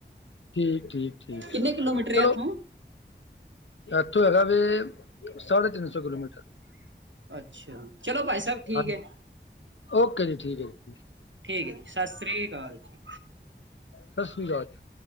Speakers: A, on the left (about 85°); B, on the right (about 85°).
A: ਠੀਕ ਠੀਕ ਠੀਕ
B: ਕਿੰਨੇ ਕਿਲੋਮੀਟਰ
A: ਚਲੋ
B: ਆ ਇੱਥੋਂ?
A: ਇੱਥੋਂ ਹੈਗਾ ਵੇ ਸਾਢੇ ਤਿੰਨ ਸੌ ਕਿਲੋਮੀਟਰ।
B: ਅੱਛਾ, ਚਲੋ ਭਾਈ ਸਹਿਬ ਠੀਕ
A: ਹਾਂਜੀ
B: ਹੈ।
A: ਓਕੇ ਜੀ ਠੀਕ ਹੈ ਜੀ
B: ਠੀਕ ਹੈ ਜੀ ਸਤਿ ਸ੍ਰੀ ਅਕਾਲ ਜੀ।
A: ਸਤਿ ਸ਼੍ਰੀ ਅਕਾਲ ਜੀ।